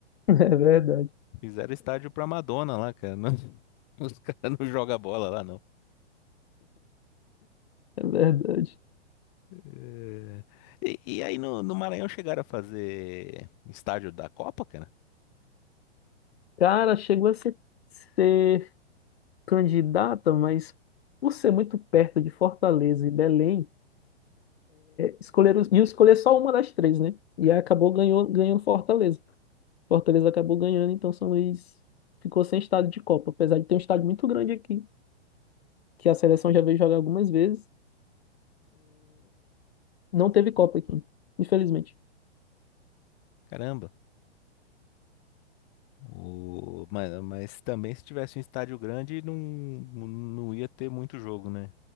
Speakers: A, on the left (about 65°); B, on the left (about 40°).
A: <laughs> é verdade,
B: Fizeram estádio pra Madonna lá, cara. Não- <laughs> os caras não jogam bola lá, não.
A: é verdade.
B: É. E, e aí no, no Maranhão chegaram a fazer estádio da Copa, cara?
A: Cara, chegou a ser, ser candidata, mas por ser muito perto de Fortaleza e Belém. escolher, ia escolher só uma das três, né? E aí acabou ganhou, ganhando Fortaleza. Fortaleza acabou ganhando, então São Luís ficou sem estádio de Copa. Apesar de ter um estádio muito grande aqui, que a seleção já veio jogar algumas vezes, não teve Copa aqui, infelizmente.
B: Caramba. O... Mano, mas também se tivesse um estádio grande, não, não ia ter muito jogo, né?